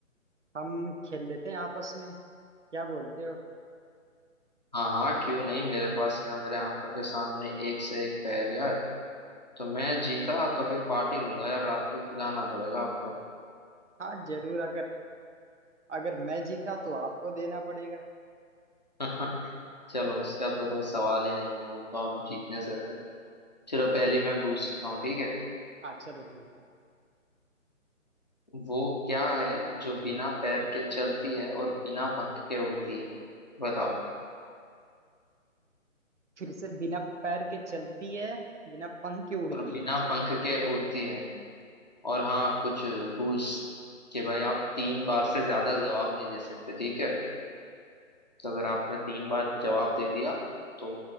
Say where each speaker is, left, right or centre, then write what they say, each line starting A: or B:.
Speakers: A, on the right; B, on the left.
A: हम खेल लेते हैं आपस में क्या बोलते हो
B: हाँ हाँ क्यों नहीं मेरे पास यहाँ मेरे आंखों के सामने एक से एक पहेलियाँ है तो मैं जीता तो फिर पार्टी लूंगा यार रात को खिलाना पड़ेगा आपको
A: हाँ जरूर अगर अगर मैं जीता तो आपको देना पड़ेगा
B: <laughs> चलो उसका तो कोई सवाल ही नहीं है वो तो आप जीतने से रहे चलो पहली मैं पूछता हूँ ठीक है
A: हाँ चलो ठीक है
B: वो क्या है जो बिना पैर के चलती है और बिना पंख के उड़ती है बताओ
A: फिर से बिना पैर के चलती है बिना पंख के उड़ती
B: और बिना
A: है
B: पंख के उड़ती है और हाँ कुछ रूल्स कि भाई आप तीन बार से ज्यादा जवाब नहीं दे सकते ठीक है तो अगर आपने तीन बार जवाब दे दिया तो